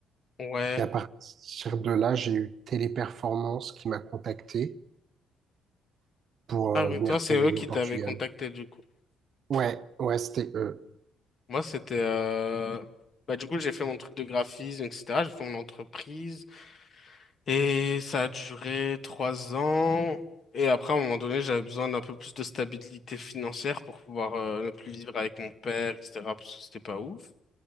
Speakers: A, on the left; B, on the right.
A: Ouais.
B: Et à partir de là, j'ai eu Téléperformance qui m'a contacté pour
A: Ah
B: euh,
A: oui,
B: venir
A: toi,
B: travailler
A: c'est eux qui
B: au Portugal.
A: t'avaient contacté du coup.
B: Ouais, ouais, c'était eux.
A: Moi, c'était... euh, Bah, du coup, j'ai fait mon truc de graphisme, etc. J'ai fait mon entreprise. Et ça a duré trois ans. Et après, à un moment donné, j'avais besoin d'un peu plus de stabilité financière pour pouvoir euh, ne plus vivre avec mon père, etc. Parce que c'était pas ouf.